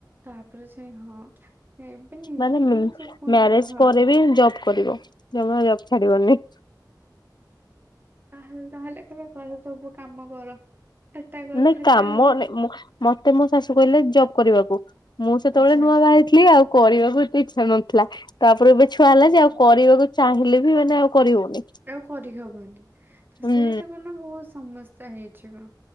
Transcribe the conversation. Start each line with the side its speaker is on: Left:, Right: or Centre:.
Right: ତାପରେ ସେ ହଁ ଏବେ ନିଜ
Left: ମାନେ ମ୍ୟାରେଜ
Right: ସବୁ କୁହନ୍ତି ହଁ
Left: ପରେ ବି ଜବ କରିବ। ଜମା ଜବ ଛାଡ଼ିବନି।
Right: ତାହେଲେ ତାହେଲେ ତମେ ଘରେ ସବୁ କାମ କର। ଏଟା କର
Left: ନାଇଁ
Right: ସେଟା
Left: କାମ
Right: କର
Left: ନାଇଁ ମତେ ମୋ ଶାଶୁ କହିଲେ ଜବ୍ କରିବାକୁ ମୁଁ ସେତେବେଳେ
Right: ଆଚ୍ଛା
Left: ନୂଆ ବା ହେଇ ଥିଲ ଆଉ କରିବାକୁ ଏତେ ଇଚ୍ଛା ନଥିଲା ତାପରେ ଏବେ ଛୁଆ ହେଲା
Right: ଓହୋ
Left: ଯେ ଆଉ କରିବାକୁ ଚାହିଁଲେ ବି ମାନେ ଆଉ କରିହଉନି।
Right: ଆଉ କରିହବନି
Left: ହୁଁ
Right: ସେଇଟା ମାନେ ବହୁତ ସମସ୍ୟା ହେଇଯିବ।